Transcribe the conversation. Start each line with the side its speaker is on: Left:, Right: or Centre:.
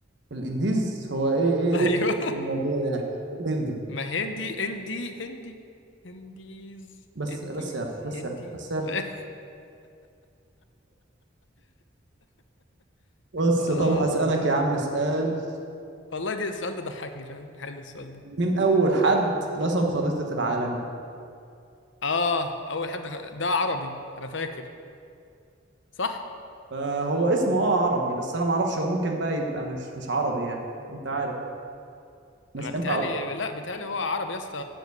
Right: الانديز هو ايه ايه
Left: <laughs> ايوه
Right: ايه الهندي في الموضوع يعني إيه الهندي
Left: ما هندي اندي هندي هنديز
Right: بس
Left: انديز
Right: بس يا رب، بس
Left: هنديز
Right: يا رب، بس يا رب.
Left: <laughs>
Right: بص
Left: آه.
Right: طب هسألك يا عم سؤال
Left: والله دي السؤال ده ضحكني فعلا حلو السؤال ده
Right: مين أول حد رسم خريطة العالم؟
Left: اه اول حد خ- ده عربي انا فاكر صح
Right: آه هو اسمه اه عربي بس أنا معرفش هو ممكن بقى يبقى مش مش عربي يعني أنت عارف مش
Left: انا بيتهيألي
Right: هينفع أقول لك
Left: لا بيتهيألي هو عربي يا اسطى